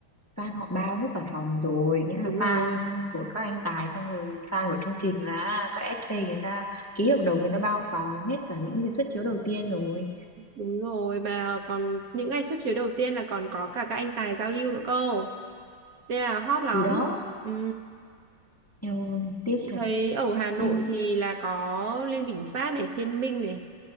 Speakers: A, on the left; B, on the right.
A: fan họ bao hết cả phòng rồi nghĩa là
B: Đúng
A: fan
B: rồi,
A: của các anh Tài xong rồi fan của chương trình là các FC người ta ký hợp đồng người ta bao phòng hết cả những cái suất chiếu đầu tiên rồi
B: đúng rồi, mà còn những ngày suất chiếu đầu tiên là còn có cả các anh tài giao lưu nữa cơ, nên là hot lắm.
A: thì đó
B: Ừ.
A: eo ơi tiếc
B: Chị
A: thật
B: thấy ở Hà Nội
A: nhưng
B: thì là có Liên Bình Phát này, Thiên Minh này,